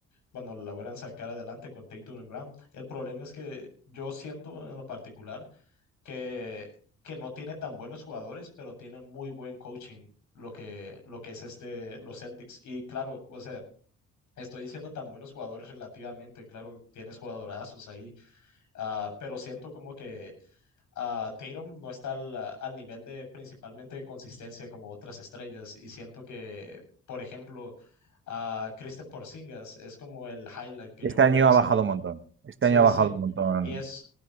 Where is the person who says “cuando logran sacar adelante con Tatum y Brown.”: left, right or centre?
Left